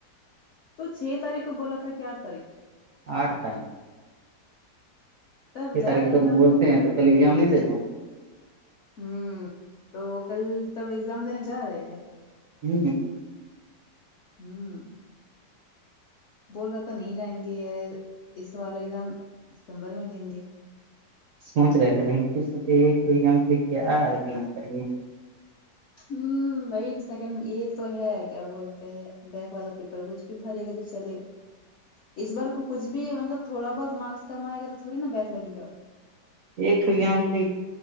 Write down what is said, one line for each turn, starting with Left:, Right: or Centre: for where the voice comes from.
Left: تو چھ تاریخ کو بولا تھا کہ آھ تاریخ کو
Right: آھ تاریخ
Left: تب
Right: یہ
Left: جا
Right: تاریخ
Left: رہا ہے ایگزام
Right: تو بولتے
Left: دینے
Right: ہیں تو کلی ایگزام نہیں دیتے ہیں
Left: ہوں تو کل تب ایگزام دینے جا رہا ہے کیا
Right: ہوں
Left: ہوں بول رہا تھا نہیں جائیں گے یہ اس وال ایگزام دسمبر میں دیں گے
Right: سوچ رہے تھے لیکن پھر سوچے یہ جان لے کیا کر
Left: ہ م سیکنڈ یہ تو ہے کیا بولتے ہیں بیک والا پیپر کچھ بھی بھرے گا تو چلے گا اس بار کچھ بھی مطلب تھوڑا بہت مارکس کم آائے گا تو تھوڑی نا بییک لگے گا
Right: ایک توگزام کے